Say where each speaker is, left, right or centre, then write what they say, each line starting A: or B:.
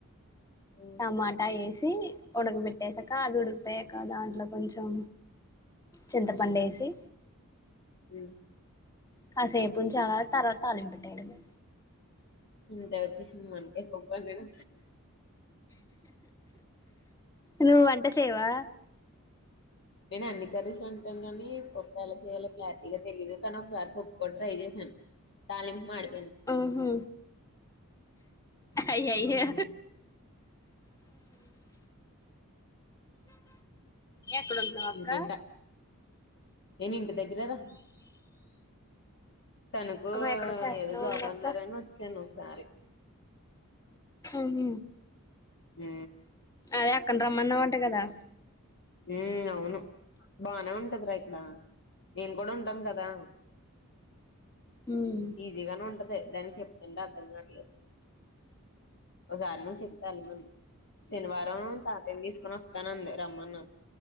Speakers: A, on the left; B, on the left.
A: చెప్పు
B: టమాటా ఏసి ఉనకు మట్ చేసాక అది ఉడికిపోయాక దాంట్లో కి కొంచం చింతపండేసి
A: హ్మ్ హ్మ్
B: కాసేపు ఉంచాలా తర్వాత తాలింపెట్టాయడమే
A: అంత వచ్చేసింమంటే పంపాం గదా
B: నువ్వు వంట చేయవా
A: నేను అన్ని కర్రీస్ వండుతాను కాని పప్పు ఎలా చేయాలో క్లారిటీగా తెలీయదు తను ఒకసారి పప్పు కూడా ట్రై చేశాను తాలింపు మాడి
B: ఉహు అయి అయ్యో
A: హ్మ్
B: ఎక్కడుంటున్నావక్క
A: ఇంకేంట నేను ఇంటి దగ్గరరా తనకు
B: ఆహా ఎక్కడో చేస్తున్నావు
A: ఏదో జాబ్
B: ఉంది అక్క
A: అన్నారని వచ్చాను సరే
B: ఆహ
A: హ
B: అదే అక్కన్ రమ్మన్నా వంటకదా
A: ఉ అవును బానే ఉంటదిరా ఇక్కడ నేను కూడా ఉంటాన్ కదా
B: ఉమ్
A: ఈజీగాన ఉంటది ని చెప్పతుంటే అర్ధం కాట్లే ఒకసారి ను చెప్తాలి మ శనివారం తాతేం తీసుకొని వస్త రానందే తమన్న